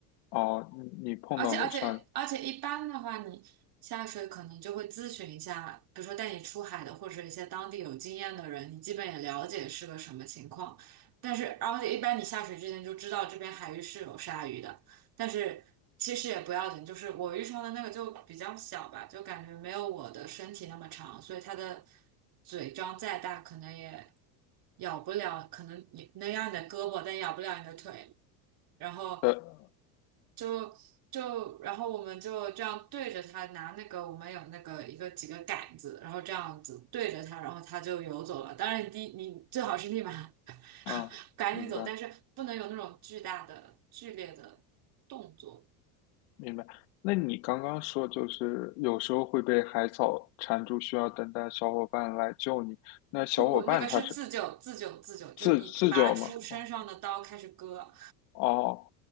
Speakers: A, on the left; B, on the right.
A: 哦，你你碰到过上
B: 而且而且而且一般的话，你下水可能就会咨询一下，比如说带你出海的或者一些当地有经验的人，你基本也了解是个什么情况。但是而且一般你下水之前就知道这边海域是有鲨鱼的，但是其实也不要紧，就是我遇上的那个就比较小吧，就感觉没有我的身体那么长，所以它的嘴张再大可能也咬不了，可能你能咬你的胳膊，但咬不了你的腿。然后
A: 呃
B: 就就然后我们就这样对着它拿那个我们有那个一个几个杆子，然后这样子对着它，然后它就游走了。当然你第你最好是立马 <laughs>
A: 啊，
B: 赶紧走，
A: 明白
B: 但是不能有那种巨大的剧烈的动作。
A: 明白。那你刚刚说就是有时候会被海草缠住，需要等待小伙伴来救你。那小伙伴他是
B: 不不，那个是自救，自救，自救，就是你拔出身上的刀开始割，
A: 自自救吗？哦哦，